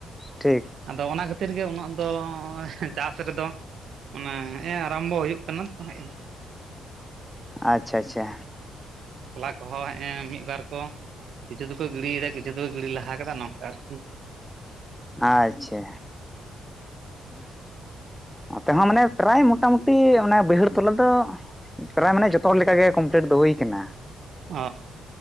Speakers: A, on the right; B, in the centre.
A: ᱾
B: ᱴᱷᱤᱠ
A: ᱟᱫᱚ ᱚᱱᱟ ᱠᱷᱟᱹᱛᱤᱨ ᱜᱮ ᱩᱱᱟᱹᱜ ᱫᱚ ᱪᱟᱥ ᱨᱮᱫᱚ ᱼᱼ ᱚᱱᱟ ᱦᱮᱸᱜ-ᱮ ᱟᱨᱟᱢᱵᱚ ᱦᱩᱭᱩᱜ ᱠᱟᱱᱟ ᱛᱚ ᱦᱮᱸᱼᱼ
B: ᱟᱪᱪᱷᱟ ᱟᱪᱪᱷᱟ
A: ᱛᱚᱞᱟ ᱠᱚᱦᱚᱸ ᱦᱮᱸᱜ-ᱮ ᱢᱤᱫ-ᱵᱟᱨ ᱠᱚ ᱼᱼ ᱠᱤᱪᱷᱩ ᱫᱚᱠᱚ ᱜᱤᱲᱤᱭᱮᱫᱟ ᱠᱤᱪᱷᱩ ᱫᱚ ᱜᱤᱲᱤ ᱞᱟᱦᱟ ᱠᱟᱫᱟ ᱱᱚᱝᱠᱟ ᱟᱨᱠᱤ ᱼᱼ
B: ᱟᱻᱪᱪᱷᱟ ᱱᱚᱛᱮ ᱦᱚᱸ ᱢᱟᱱᱮ ᱯᱨᱟᱭ ᱢᱚᱴᱟᱢᱩᱴᱤ ᱚᱱᱮ ᱵᱟᱹᱭᱦᱟᱹᱲ ᱛᱞᱟ ᱫᱚ ᱼᱼ ᱯᱨᱟᱭ ᱢᱟᱱᱮ ᱡᱷᱚᱛᱚ ᱦᱚᱲ ᱞᱮᱠᱟᱜᱮ ᱠᱚᱢᱯᱞᱤᱴ ᱫᱚ ᱦᱩᱭ ᱠᱟᱱᱟ ᱾
A: ᱚᱻ